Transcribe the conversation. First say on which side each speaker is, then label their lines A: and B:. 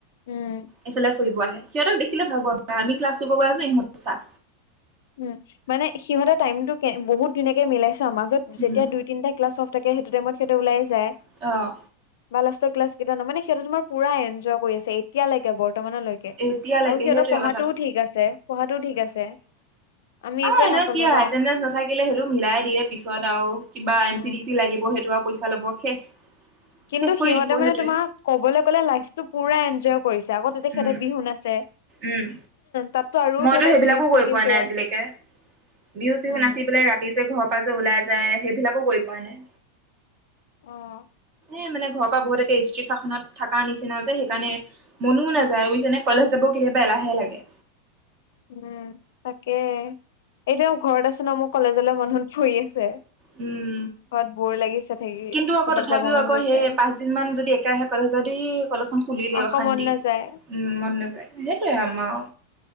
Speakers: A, on the left; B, on the right.
A: উম
B: এইফালে ফুৰিব আহে সিহঁতক দেখিলে ভাবো আমি ক্লাছ কৰিব গৈআছো ইহঁত চা
A: উম মানে সিহঁতে টাইম টো কে বহুত ধুনীয়াকে মিলাইছো আমাক যে যেতিয়া
B: উম
A: দুই তিনটা ক্লাছঅফ থাকে সেইটো টাইমত সিহঁতে ওলাই যায়
B: অঁ
A: বা লাষ্ট ক্লাছ কেইটা ন মানে সেইটো তোমাৰ পৰা এনজয় কৰি আছে এতিয়ালৈকে বৰ্তমানলৈকে
B: এতিয়ালৈকে
A: আৰু সিহঁতৰ
B: সেইটোৱে
A: পঢ়াটোও
B: কথাটো
A: ঠিক আছে পঢ়াটোও ঠিক আছে আমি
B: অ
A: একোৱে
B: এ
A: নাপালো
B: কি হয়
A: ন
B: <unintelligible> নাথাকিলে সেইটো মিলাই দিয়ে পিছত আৰু কিবা
A: উম।
B: এন চি টি লাগিব সেইটো আৰু পইচা ল'ব শেষ
A: কিন্তু
B: শেষ কৰি
A: সিহঁতে
B: দিব
A: মানে
B: সেইটোৱে
A: তোমাক কবলৈ গ'লে লাইফটো পুৰা এনজয় কৰিছে আকৌ তেতিয়া সেহঁতে
B: উম
A: বিহু নাছে
B: উম
A: তাততো আৰু
B: মইতো
A: ধৰি লওক
B: সেইবিলাকো
A: ঘুৰি
B: কৰি
A: পকি
B: পোৱা
A: ফুৰে।
B: নাই আজিলৈকে বিহু চিহু
A: উম।
B: নাচি পেলাই ৰাতি যে ঘৰৰ পৰা যে ওলাই যায় সেইবিলাকো কৰি পোৱা নাই।
A: অঁ।
B: এ মানে ঘৰৰ পৰা বহুতকে ষ্ট্ৰিক শাসনত থকাৰ নিচিনা যে সেইকাৰণে মনো নাযায় বুইছনে। কলেজ যাব ও কেতিয়াবা এলাহে লাগে।
A: উম' তাকে, এতিয়াও ঘৰত আছো ন মোৰ কলেজলৈ মনত পৰি আছে।
B: উম'
A: বত বৰ লাগিছে। থাকি
B: কিন্তু আকৌ
A: কৰ'বাত
B: তথাপিও
A: যাব মন
B: আকৌ
A: গৈছে।
B: সেই পাঁচ দিন মান যদি একেৰাহে কলেজ যদি কলেজ খন খুলিলে আও।
A: যাব মন নাযায়।
B: উম' মন নাযায় সেইটোয়ে আমাৰ আও